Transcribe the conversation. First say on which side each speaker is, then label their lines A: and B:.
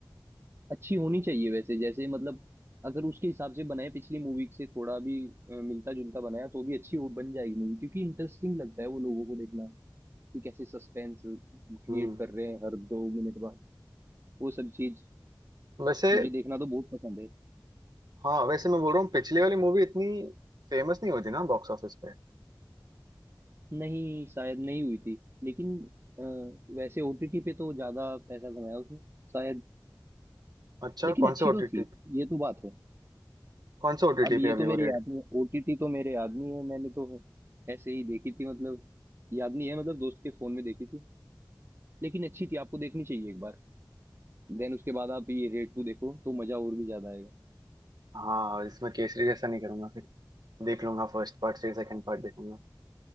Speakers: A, on the right; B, on the right.
A: अच्छी होनी चाहिए वैसे जैसे मतलब अगर उसके हिसाब से बनाए पिछली मूवी से थोड़ा भी मिलता जुलता बनाया तो भी अच्छी हो बन जाएगी मूवी क्योंकि इंटरेस्टिंग लगता है वो लोगों को देखना कि कैसे सस्पेंस क्रिएट
B: हम्म
A: कर रहे हैं हर दो मिनट बाद वो सब चीज
B: वैसे
A: मुझे देखना तो बहुत पसंद है
B: हाँ वैसे मैं बोल रहा हूँ पिछली वाली मूवी इतनी फेमस नहीं होती ना बॉक्स ऑफिस पे
A: नहीं शायद नहीं हुई थी लेकिन अ, वैसे ओटीटी पे तो ज्यादा पैसा कमाया उसने शायद
B: अच्छा
A: लेकिन
B: कौन
A: अच्छी
B: से ओटीटी
A: तो थी ये तो बात है
B: कौन से ओटीटी
A: अब
B: पे
A: ये
B: अभी
A: तो मेरे
B: वो रेड
A: याद नहीं ओटीटी तो मेरे याद नहीं है मैंने तो ऐसे ही देखी थी मतलब याद नहीं है मतलब दोस्त के फोन में देखी थी लेकिन अच्छी थी आपको देखनी चाहिए एक बार देन उसके बाद आप ये रेड टू देखो तो मजा और भी ज्यादा आएगा
B: हाँ इसमें केसरी जैसा नहीं करूंगा फिर देख लूंगा फर्स्ट पार्ट फिर सेकंड पार्ट देखूंगा